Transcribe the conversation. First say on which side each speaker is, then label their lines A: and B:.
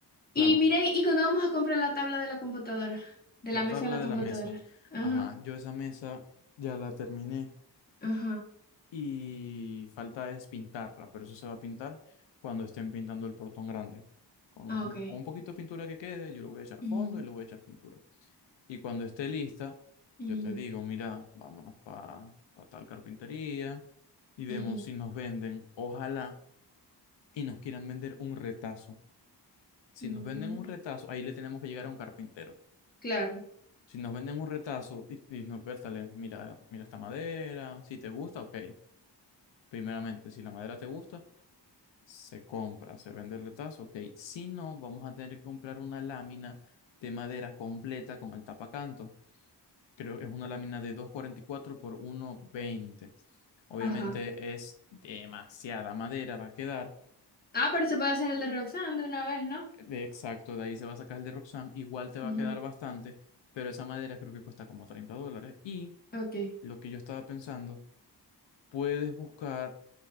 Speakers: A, on the left (about 20°); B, on the left (about 85°).
A: Y
B: Claro,
A: mira, ¿y cuando vamos a comprar la tabla de la computadora? De
B: la
A: la mesa
B: tabla
A: de la
B: de
A: computadora.
B: la mesa.
A: Ajá,
B: Ajá, yo esa mesa ya la terminé
A: ajá.
B: y falta es pintarla, pero eso se va a pintar cuando estén pintando el portón grande. Con
A: Ah,
B: un,
A: ok.
B: un poquito de pintura que quede, yo le voy a echar
A: Ujú,
B: fondo y le voy a echar pintura. Y cuando esté lista,
A: ujú,
B: yo te digo, mira, vámonos para tal carpintería y vemos
A: ujú.
B: si nos venden, ojalá, y nos quieran vender un retazo. Si
A: Mm,
B: nos venden un retazo, ahí le tenemos que llegar a un carpintero.
A: Claro.
B: Si nos venden un retazo y, y nos, Bertale, mira, mira esta madera, si te gusta, ok. Primeramente, si la madera te gusta, se compra, se vende el retazo, ok. Si no, vamos a tener que comprar una lámina de madera completa con el tapacanto creo que es una lámina de dos cuarenta y cuatro por uno veinte Obviamente
A: Ajá.
B: es demasiada madera, va a quedar.
A: Ah, pero se puede hacer el de Roxanne de una vez, ¿no?
B: De exacto, de ahí se va a sacar el de Roxanne. Igual te va
A: Ajá.
B: a quedar bastante, pero esa madera creo que cuesta como 30 dólares. Y
A: Ok.
B: lo que yo estaba pensando, puedes buscar